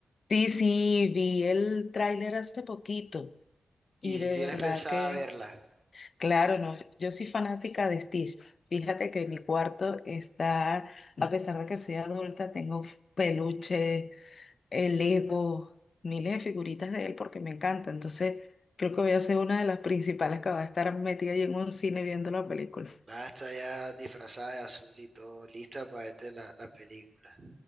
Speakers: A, on the left; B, on the right.
A: Sí, sí, vi el tráiler hace poquito
B: Y
A: y de
B: tienes
A: verdad
B: pensada
A: que,
B: verla.
A: claro, no, yo soy fanática de Stitch. Fíjate que mi cuarto está, a pesar de que soy adulta, tengo peluche, el Lego, miles de figuritas de él porque me encanta. Entonces, creo que voy a ser una de las principales que va a estar metida ahí en un cine viendo la película.
B: Va a estar ya disfrazada de azul y todo, lista para verte la, la película.